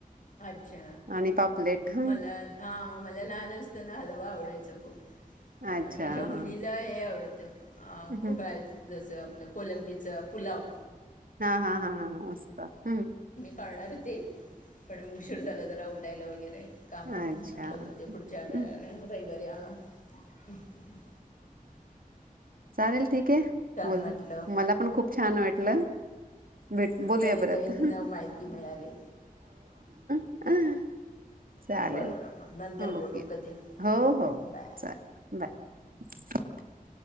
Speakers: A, on the left; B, on the right.
A: अच्छा
B: आणि पापलेट हं.
A: मला हा मला लहान असताना हलवा आवडायचा <unintelligible>
B: अच्छा
A: आणि माझ्या
B: हां.
A: मुलीला हे आवडत <unintelligible>
B: हं.
A: खूप आहेत जस कोलंबीच पुलाव
B: हा हा हा हा मस्त हम्म
A: करणार होते पण मग उशीर झाला तर आवड. ायॉग वगैरे कामात
B: हं. अच्छा.
A: म्हटलं उद्या पुढच्या रविवारी
B: हं.
A: आणो. हम्म हम्म ह.
B: चालेल ठीक आहे बोल
A: वाटलं
B: मला पण खूप छान वाटलं. भेट बोलूया
A: नवीन
B: परत.
A: नवीन माहिती मिळाली.
B: हम्. चालेल
A: बरं मग नंतर
B: ओके
A: बोलू कधी
B: हो हो
A: बाय
B: चालेल बाय. <inaudible>